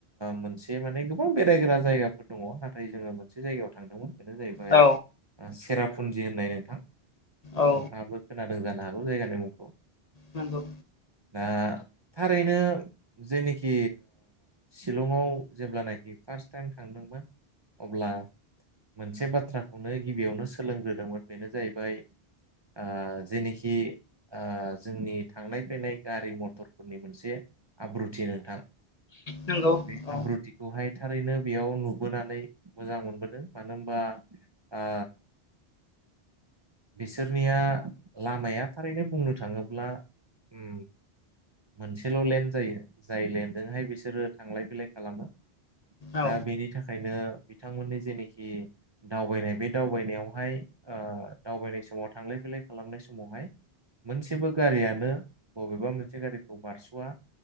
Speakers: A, on the right; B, on the left.
A: मोनसे माने गोबां बेरायग्रा जायगाफोर दङ नाथाय जोङो मोनसे जायगायाव थांदोंमोन बेनो जाहैबाय
B: औ
A: सेरापुन्जि होननाय नोंथां नोंथाङाबो
B: औ
A: खोनादों जानो हागौ जायगानि मुंखौ
B: नंगौ
A: दा थारैनो जेनिखि शिलंआव जेब्लानाखि फार्स्ट टाइम थांदोंमोन अब्ला मोनसे बाथ्राखौनो गिबियावनो सोलोंग्रोदोंमोन बेनो जाहैबाय ओ जेनोखि ओ जोंनि थांनाय फैनाय गारि मथरफोरनि मोनसे आब्रुथि नोंथां।
B: नंगौ
A: बे
B: औ
A: आब्रुथिखौहाय थारैनो बेयाव नुबोनानै मोजां मोनबोदों मानो होनबा ओ बिसोरनिया लामाया थारैनो बुंनो थाङोब्ला उम मोनसेल' लेन्ड जायो जाय लेन्डजोंहाय बिसोरो थांलाय फैलाय खालामो
B: औ
A: दा बेनि थाखायनो बिथांमोननि जेनोखि दावबायनाय बे दावबायनायावहाय दावबायनाय समाव थांलाय फैल बिलइ खालामनाय समावहाय मोनसेबो गारियानो बबेबा मोनसे गारिखौ बारस'वा